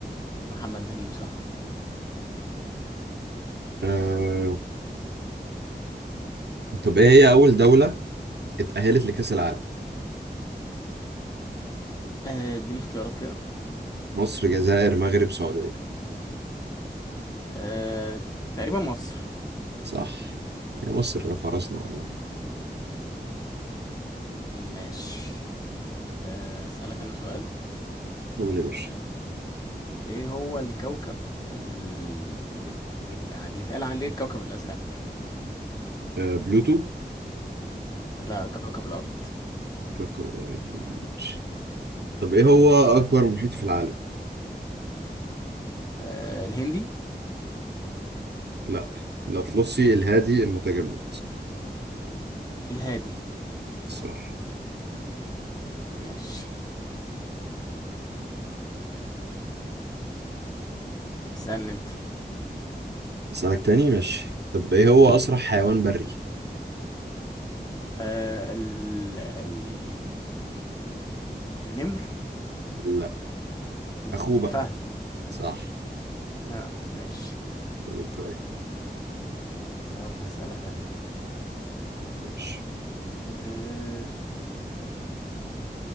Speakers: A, on the left (about 20°); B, on the right (about 80°).
A: محمد نجيب صح
B: آه، طب ايه هي أول دولة اتأهلت لكأس العالم؟
A: آه، اديني اختيارات كده
B: مصر جزائر مغرب سعودية
A: آه تقريبا مصر
B: صح يا مصر رفع راسنا والله
A: ماشي آه، أسألك أنا سؤال
B: قول يا باشا
A: إيه هو الكوكب ال- اللي بيبقى يعني بيتقال عليه الكوكب الأزرق؟
B: آه، بلوتو
A: لا كوكب الأرض
B: كوكب- آه، ماشي طب ايه هو
A: ماشي
B: أكبر محيط في العالم؟
A: آه الهندي
B: لا الأطلسي الهادي المتجمد
A: الهادي
B: صح
A: ماشي اسألني انت
B: أسألك تاني ماشي طب ايه هو أسرع حيوان بري؟
A: آه ال... ال... ال... ال... النمر
B: لا
A: ال-
B: أخوه
A: الفهد
B: بقى صح
A: اه ماشي
B: قول طيب
A: طب هسألك انا
B: ماشي
A: آه...